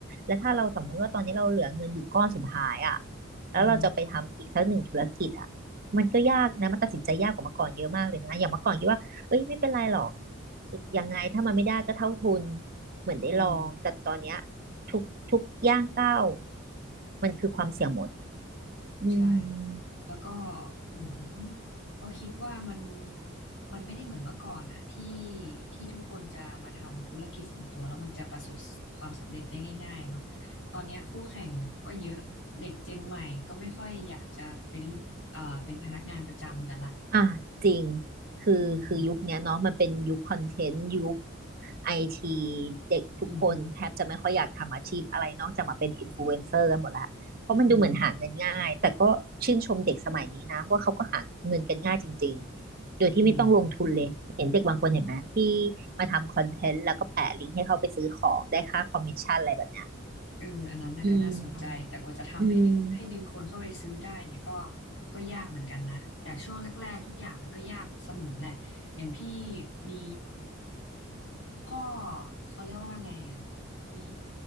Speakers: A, on the right (about 50°); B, on the left (about 65°).
A: แล้วถ้าเราสมมติว่าตอนนี้เราเหลือเงินอยู่ก้อนสุดท้ายอะ
B: อือหือ
A: แล้วเราจะไปทำอีกสักหนึ่งธุรกิจอะมันก็ยากนะมันตัดสินใจยากกว่าเมื่อก่อนเยอะมากเลยนะอย่างเมื่อก่อนคิดว่าเอ้ยไม่เป็นไรหรอกสุดยังไงถ้ามันไม่ได้ก็เท่าทุน เหมือนได้ลอง
B: อืม
A: แต่ตอนเนี้ยทุกทุกย่างก้าวมันคือความเสี่ยงหมดอื
B: ใช่
A: ม
B: แล้วก็เหมือนเขาคิดว่ามันมันไม่ได้เหมือนเมื่อก่อนอะที่ที่ทุกคนจะมาทำธุรกิจส่วนตัวแล้วมันจะประสบความสำเร็จได้ง่ายๆเนาะตอนเนี้ยคู่แข่งก็เยอะเด็กเจนใหม่ก็ไม่ค่อยอยากจะเป็นอ่าเป็นพนักงานประจำกันละ
A: อ่ะจริง คือคือยุคเนี้ยเนาะมันเป็นยุคคอนเทนต์ยุค
B: อืม
A: ไอทีเด็กทุกคนแทบจะไม่ค่อยอยากทำอาชีพอะไรนอกจากมาเป็นอินฟลูเอนเซอร์กันหมดละเพราะมันดูเหมือนหาเงินง่าย
B: อือหืออืม
A: แต่ก็ชื่นชมเด็กสมัยนี้นะว่าเขาก็หาเงินกันง่ายจริงๆโดยที่ไม่ต้องลงทุนเลยเห็นเด็กบางคนเห็นไหมที่มาทำคอนเทนต์แล้วก็แปะลิงก์ให้เขาไปซื้อของได้ค่าคอมมิชชั่นอะไรแบบเนี้ย
B: อืมเอออันนั้นน่ะก็น่าสนใจแต่กว่าจะทำให้ดึงให้ดึงคนเข้าไปซื้อได้เนี่ยก็
A: อืมอืม
B: ก็ยากเหมือนกันนะแต่ช่วงแรกๆทุกอย่างมันก็ยากเสมอแหละอย่างพี่มีข้อเขาเรียกว่าไงอ่ะมี